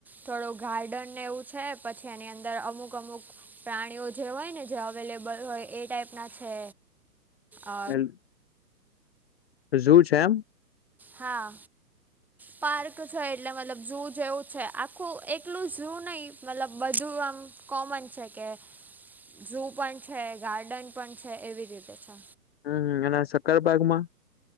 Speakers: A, in the centre; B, on the left.
A: થોડું ગાર્ડનને એવું છે પછી એની અંદર અમુક અમુક પ્રાણીઓ જે હોય ને જે અવેલેબલ હોય એ ટાઈપ ના છે અ
B: હેલ્પ ઝુ છે એમ
A: હા પાર્ક છ એટલૅ મતલબ ઝૂ જેવું છે આખું એકલું ઝૂ નહી મતલબ બધું આમ કોમન છે કે ઝુ પણ છે ગાર્ડન પણ છે એવી રીતે છે
B: હમ અને સક્કરબાગમાં